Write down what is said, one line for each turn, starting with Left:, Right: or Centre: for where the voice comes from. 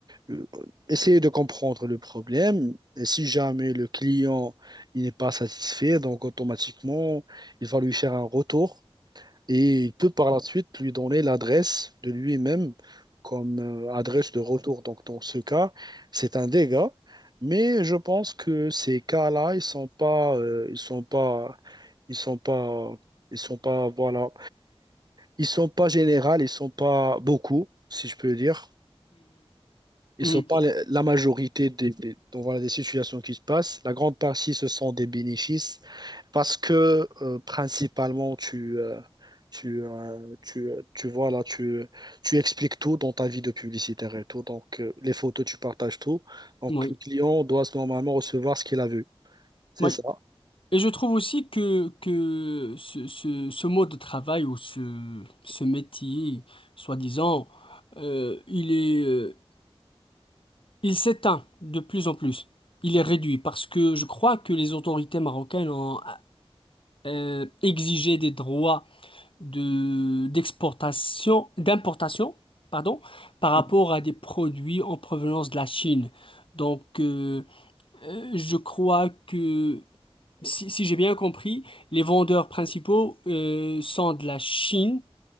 Right: euh, essayer de comprendre le problème. Et si jamais le client il n'est pas satisfait, donc automatiquement, il va lui faire un retour. et il peut par la suite lui donner l'adresse de lui-même comme euh, adresse de retour. Donc dans ce cas, c'est un dégât, mais je pense que ces cas-là, ils sont pas, euh, ils sont pas, ils sont pas, ils sont pas, voilà, ils sont pas généraux, ils sont pas beaucoup, si je peux dire. Ils
Left: Mhm.
Right: sont pas les- la majorité des, des- donc voilà, des situations qui se passent. La grande partie, ce sont des bénéfices parce que euh, principalement, tu, euh, tu, euh, tu, euh, tu, vois, là, tu, tu expliques tout dans ta vie de publicitaire et tout. Donc, euh, les photos, tu partages tout. Donc,
Left: Oui,
Right: le client doit normalement recevoir ce qu'il a vu. C'est
Left: oui.
Right: ça.
Left: Et je trouve aussi que, que ce, ce, ce mode de travail ou ce, ce métier, soi-disant, euh, il est, euh, il s'éteint de plus en plus. Il est réduit parce que je crois que les autorités marocaines ont euh, exigé des droits de, d'exportation, d'importation, pardon, par rapport
Right: Mhm.
Left: à des produits en provenance de la Chine. Donc, euh, euh, je crois que Si, si j'ai bien compris, les vendeurs principaux euh, sont de la Chine,